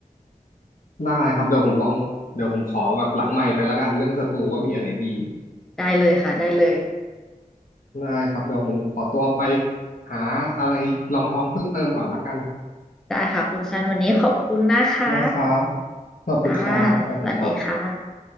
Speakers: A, on the left; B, in the centre.
A: ได้ครับเดี๋ยวผมลองเดี๋ยวผมขอแบบหลังไมค์ไปแล้วกันเรื่องสตูว่ามีอันไหนดี
B: ได้เลยค่ะได้เลย
A: ได้ครับเดี๋ยวผมขอตัวไปหาอะไรรองท้องเพิ่มเติมก่อนละกัน
B: ได้ค่ะคุณซันวันนี้ขอบคุณนะคะ
A: นะครับขอบคุณครับสวัสดีครับ
B: ค่ะสวัสดีค่ะ